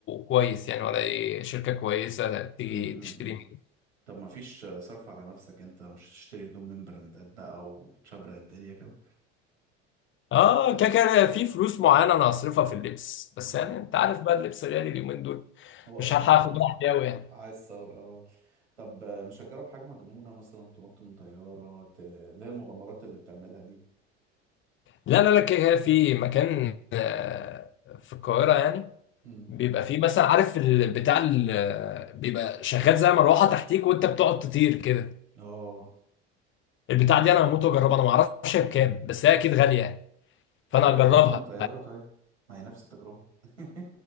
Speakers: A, on the left (about 35°); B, on the right (about 85°).
A: كويس يعني ولا أي شركة كويسة تيجي
B: امم
A: تشتري
B: امم
A: مني
B: طب ما فيش صرف على نفسك انت مش تشتري هدوم من براندات بقى وتشبرق الدنيا كده
A: آه كده كده في فلوس معينة أنا هصرفها في اللبس بس
B: امم
A: يعني أنت عارف بقى اللبس غالي اليومين دول
B: هو اصلا
A: مش هلحق
B: غالي
A: آخد راحتي أوي يعني
B: عايز ثورة اه طب آه، مش هتجرب حاجة مجنونة مثلا تنط من طيارة ت... اللي هي المغامرات اللي بتعملها دي
A: لا لا لا كده كده في مكان آه، في القاهرة يعني
B: امم
A: بيبقى فيه مثلا عارف ال- بتاع ال- بيبقى شغال زي مروحة تحتيك وأنت بتقعد تطير كده
B: اه
A: البتاع دي أنا هموت وأجربها أنا معرفش هي بكام بس هي أكيد غالية يعني. فانا
B: طب ما
A: هجربها
B: تنط من طيارة طيب ما هي نفس التجربة <laughs>